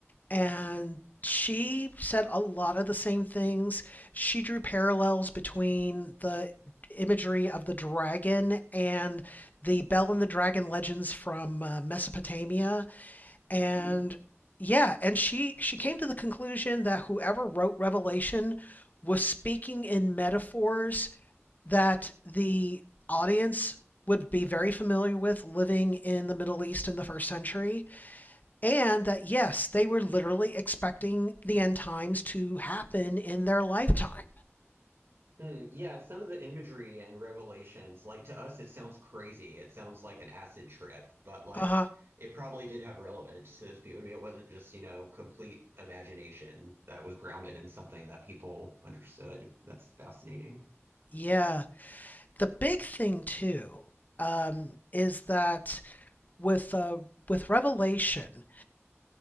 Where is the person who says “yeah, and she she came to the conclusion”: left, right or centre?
Left